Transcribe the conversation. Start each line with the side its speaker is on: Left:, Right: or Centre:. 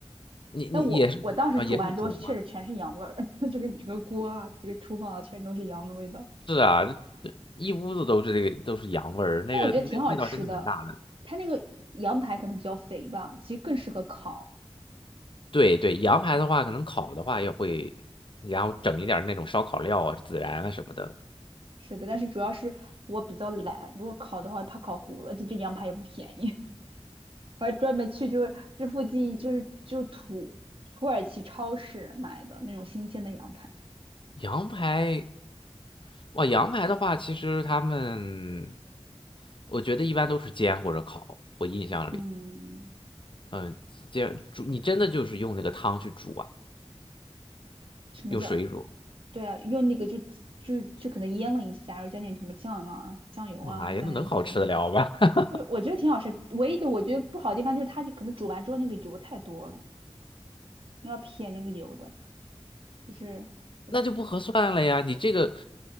Left: 你你也是啊也是煮吗？
Right: 但我我当时煮完之后，确实全是羊味儿，<laughs> 就是整个锅啊，这个厨房啊，全都是羊的味道。
Left: 是啊，这这一屋子都是这个都是羊味儿，那个那个味道真的蛮大的。
Right: 但我觉得挺好吃的，它那个羊排可能比较肥吧，其实更适合烤。
Left: 对对，
Right: 对，
Left: 羊排的话，可能烤的话也会，然后整一点儿那种烧烤料啊、孜然啊什么的。
Right: 是的，但是主要是我比较懒，如果烤的话怕烤糊了，这这羊排也不便宜。<laughs> 我还专门去就是这附近就是就土土耳其超市买的那种新鲜的羊排。
Left: 羊排哇，羊排的话，其实他们我觉得一般都是煎或者烤，我印象里，
Right: 嗯，
Left: 嗯，煎煮你真的就是用那个汤去煮啊。
Right: 什么叫？
Left: 用水煮，
Right: 对啊，用那个就就就可能腌了一下，然后加点什么酱啊、酱油啊，
Left: 妈呀，
Right: 加点那些东西。
Left: 那能好吃的了吗？<laughs>
Right: 我我觉得挺好吃，唯一的我觉得不好的地方就是它就可能煮完之后那个油太多了，你要撇那个油的，就是对。
Left: 那就不合算了呀！你这个